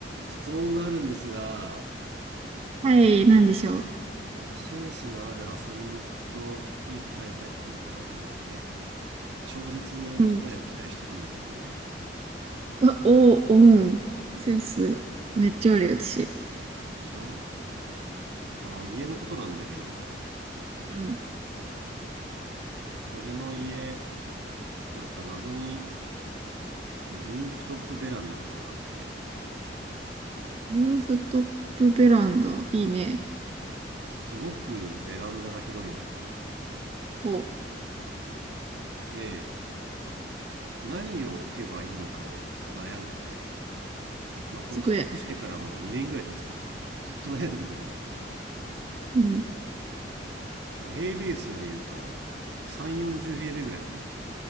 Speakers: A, on the right; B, on the right.
A: 質問があるんですが
B: はい、なんでしょ
A: やっぱセンスのある浅見に聞くといい答えが返ってくるかなと思って超絶答えを期待してるんだけどね
B: ううん。あお、オン、センス、めっちゃあるよ、私。
A: でしょあの家のことなんだけど
B: うん。
A: 俺の家なんか謎にルーフトップベランダみたいなのがあって
B: ルーフトップベランダ、いいね。
A: すごくベランダが広いのよ
B: お、
A: で何を置けばいいのかをちょっと悩んでてまあこれ引っ越してからもう2年ぐらい経つからずっと悩んでるんだけど
B: 机。うん。
A: 平米数で言うと3、40平米ぐらいあるのよ。